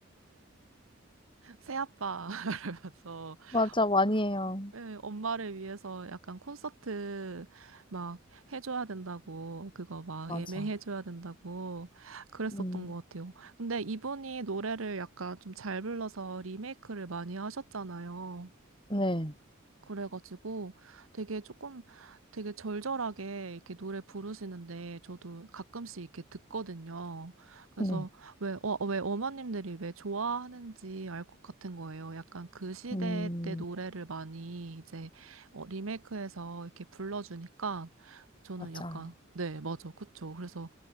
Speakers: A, on the right (about 85°); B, on the left (about 25°).
A: 새아빠, <laughs> 이러면서,
B: 맞아. 많이 해요.
A: 어, 어, 예, 엄마를 위해서 약간 콘서트 막 해줘야 된다고, 그거 막
B: 맞아.
A: 예매해줘야 된다고 그랬었던
B: 음,
A: 것 같아요. 근데 이분이 노래를 약간 좀 잘 불러서 리메이크를 많이 하셨잖아요.
B: 네.
A: 그래가지고 되게 조금 되게 절절하게 이렇게 노래 부르시는데 저도 가끔씩 이렇게 듣거든요. 그래서
B: 네.
A: 왜, 어, 왜 어머님들이 왜 좋아하는지 알 것 같은 거예요. 약간 그 시대
B: 음,
A: 때 노래를 많이 이제 어, 리메이크해서 이렇게 불러주니까 저는
B: 맞아.
A: 약간 네, 맞아. 그쵸. 그래서